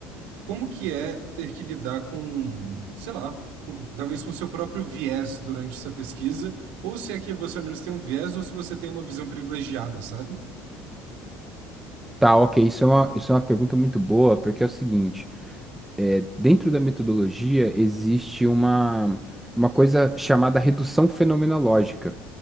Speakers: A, on the right; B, in the centre.
A: Como que é ter que lidar com, sei lá, com- talvez com o seu próprio viés durante essa pesquisa, ou se é que você ao menos tem um viés, ou se você tem uma visão privilegiada, sabe?
B: Tá, ok. Isso é uma, isso é uma pergunta muito boa, porque é o seguinte: é, dentro da metodologia existe uma, uma coisa chamada redução fenomenológica.